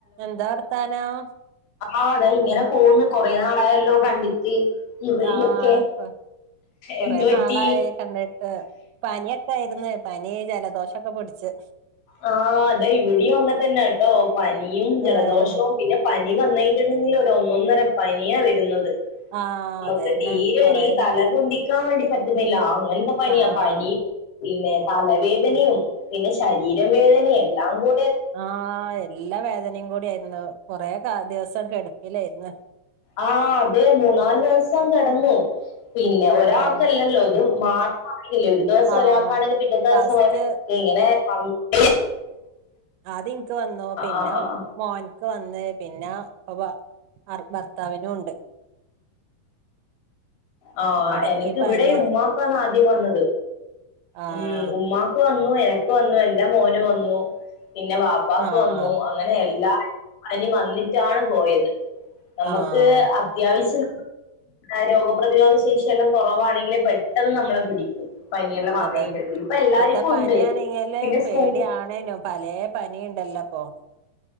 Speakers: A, on the right; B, on the left.
A: എന്താ വർത്താനം
B: ആഹ് താ ഇങ്ങനെ പോകുന്ന് കൊറേ നാളായല്ലോ കണ്ടിട്ട് ഈ വഴിയൊക്കെ
A: ആ കൊ കൊറേ
B: എന്ത് പറ്റി
A: നാളായി കണ്ടിട്ട് പനിയ ആയിര്ന്ന് പനി ജലദോഷൊക്കെ പ്‌ട്ച്ച്
B: ആ അതെ ഇവിടെയും അങ്ങെ തന്നെ ട്ടോ പനിയും ജലദോഷവും
A: ഏഹ്
B: പിന്നെ പ നി വന്നിട്ടുണ്ടെങ്കിൽ ഒരൊന്നൊന്നര പനിയാ വരുന്നത്.
A: ആഹ്
B: മക്ക്
A: അതന്നെ
B: തീരെണിക്
A: കൊറേ ദി
B: തല പൊന്തി ക്കാൻ വേണ്ടി പറ്റ്ന്നില്ല അങ്ങൻത്തെ പനിയാ
A: ആഹ്
B: പനിയും പിന്നെ തലവേദനയും പിന്നെ ഷ രീരവേദനയെല്ലാം കൂ
A: ആ എല്ല വേദനയും കൂടിയാരുന്നു കൊറെ കാ ദിവസം കെടുപ്പിലായിരുന്നു.
B: ആ അതെ മൂന്നാല് ദവസം കെടന്നു. പിന്നെ
A: ആഹ്
B: ഒരാക്കല്ലല്ലോ ത് മാറ ഇല്ല ഒരു ദിവസം
A: ആഹ്
B: ഒരാക്കാണെങ്കിൽ പിറ്റത്തെ ദിവസം
A: ഫസ്റ്റ്
B: ഒരാ ഇങ്ങനെ <unintelligible>
A: ആദ്യൻക്ക് വന്നൂ പിന്നെ
B: ആഹ് ആഹ്
A: മോൻ വന്ന് പിന്ന ബ അർ ഭർത്താവിനുണ്ട്.
B: ആ
A: എടക്ക്
B: എനക്ക്
A: പനിയാ
B: ഇവിടെ ഉമ്മാക്കാണ് ആദ്യം വന്നത്
A: ആഹ്
B: ഉം ഉമ്മാക് വ ന്നു എനക്ക് വന്നു എന്റെ മോന് വന്നു പിന്നെ വാപ്പാക്ക്
A: ആഹ്
B: വന്നു അങ്ങനെ എല്ലാ പനി വന്നിട്ടാണ് പോയത് നമ്മക്ക്
A: ആഹ്
B: അത്യാവശ്യം. ആ രോഗപ്രതിരോധ ശേഷിയെല്ലം കുറവാണെങ്കില് പെട്ടെന്ന് നമ്മളെ പിടിക്കും. പനിയെല്ലാം വന്ന്
A: അതെ
B: കഴിഞ്ഞിട്ടുണ്ടെങ്കിൽ ഇപ്പൊ എല്ലാർക്കും
A: ഇപ്പത്തെ പനിയാണെങ്കില്
B: ഉണ്ട് പിന്നെ
A: പേടിയണേനോ
B: സ്കൂളിൽ
A: പലേ പനി എല്ലപ്പൊ